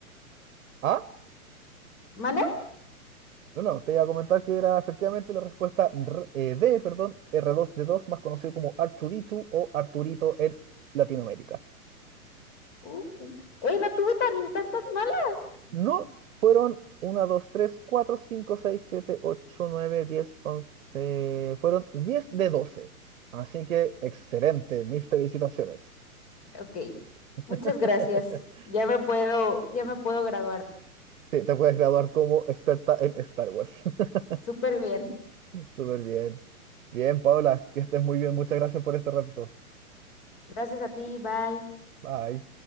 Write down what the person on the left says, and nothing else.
¿Mana?
Uh. ¡Ey, no tuve tan, tantas malas!
Ok.
Muchas gracias. Ya me puedo, ya me puedo graduar.
Súper bien.
Gracias a ti. Bye.